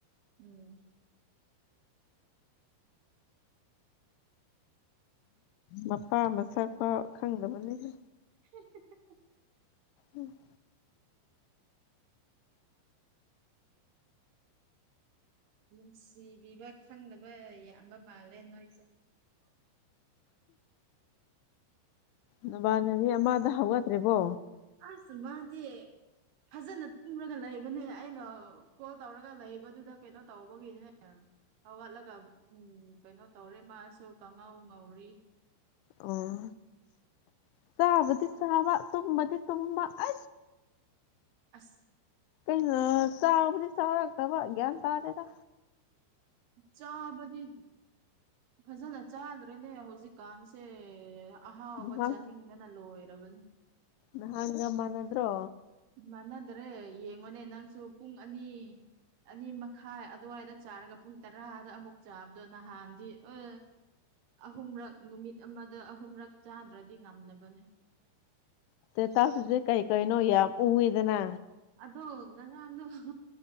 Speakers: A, on the right; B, on the left.
A: ꯎꯝ꯫
B: ꯃꯄꯥ ꯃꯁꯛꯄꯥꯎ ꯈꯪꯗꯕꯅꯤꯍ‌ꯦ꯫
A: <unintelligible>
B: ꯎꯝ꯫
A: ꯅꯨꯡꯁꯤꯕꯤꯕ ꯈꯪꯗꯕ ꯌꯥꯝꯕ ꯃꯥꯜꯂꯦ ꯅꯣꯏꯁꯦ꯫
B: ꯅꯥꯕꯅꯤ꯫ ꯃꯤ ꯑꯃꯗ ꯍꯧꯒꯠꯇ꯭ꯔꯤꯕꯣ꯫
A: ꯑꯁ ꯃꯥꯗꯤ ꯐꯖꯅ ꯇꯨꯝꯔꯒ ꯂꯩꯕꯅꯦ ꯑꯩꯅ꯫ ꯀꯣꯜ ꯇꯧꯔꯒ ꯂꯩꯕꯗꯨꯗ ꯀꯩꯅꯣ ꯇꯧꯕꯒꯤꯅꯦ꯫ ꯑꯋꯥꯠꯂꯒ ꯎꯝ ꯀꯩꯅꯣ ꯇꯧꯔꯦ ꯃꯥꯁꯨ ꯈꯪꯉꯧ ꯉꯧꯔꯤ
B: ꯑꯣ ꯆꯥꯕꯗꯤ ꯆꯥꯕ ꯇꯨꯝꯃꯗꯤ ꯇꯨꯝꯃ ꯑ
A: ꯑꯁ
B: ꯀꯩꯅ ꯆꯥꯕꯗꯤ ꯆꯥꯎ ꯂꯥꯛꯗꯕꯒ ꯇꯥꯗꯗ ꯒꯥꯌꯟ ꯇꯥꯗꯦꯗ
A: ꯆꯥꯕꯗꯤ ꯐꯖꯅ ꯆꯥꯗ꯭ꯔꯦꯅꯦ ꯍꯧꯖꯤꯛꯀꯥꯟꯁꯦ ꯑꯍꯥꯎꯕ
B: ꯅꯍꯥꯟ
A: ꯆꯥꯅꯤꯡꯕꯅ ꯂꯣꯏꯔꯕꯅꯤ
B: ꯅꯥꯍꯟꯒ ꯃꯥꯟꯅꯗ꯭ꯔꯣ
A: ꯃꯥꯟꯅꯗ꯭ꯔꯦ ꯌꯦꯡꯉꯣꯅꯦ ꯅꯪꯁꯨ ꯄꯨꯡ ꯑꯅꯤ꯫ ꯑꯅꯤ ꯃꯈꯥꯏ ꯑꯗꯨꯋꯥꯏꯗ ꯆꯥꯔꯒ ꯄꯨꯡ ꯇꯔꯥꯗ ꯑꯃꯨꯛ ꯆꯥꯕꯗꯣ ꯅꯍꯥꯟꯗꯤ ꯎ꯫ ꯑꯍꯨꯝꯔꯛ ꯅꯨꯃꯤꯠ ꯑꯃꯗ ꯑꯍꯨꯝꯔꯛ ꯆꯥꯗ꯭ꯔꯗꯤ ꯉꯝꯗꯕꯅꯦ꯫
B: <unintelligible> ꯇ‌ꯦꯇꯥꯁ ꯍꯨꯖꯤꯛ ꯀꯔꯤ ꯀꯔꯤꯅꯣ ꯌꯥꯝ ꯎꯏꯑ‌ꯦꯗꯅ꯫
A: ꯑꯗꯣ ꯉꯔꯥꯡꯗꫭ꯫